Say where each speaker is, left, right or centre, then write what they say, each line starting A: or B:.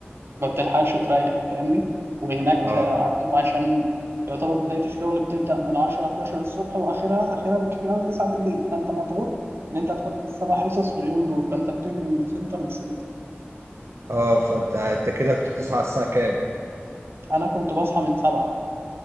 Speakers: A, on the right; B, on the right.
A: ما بتلحقش تريح فاهمني وهناك
B: اه
A: آه، عندهم عشان يعتبر بداية الشغل بتبدأ من 10 11 الصبح وآخرها آخرها بالكتير أوي 9 بالليل فأنت مضغوط إن أنت تحط السبع حصص في اليوم دول فأنت بتجري من سنتر لسنتر
B: اه فانت انت كده كنت بتصحى على الساعة كام؟
A: أنا كنت بصحى من سبعة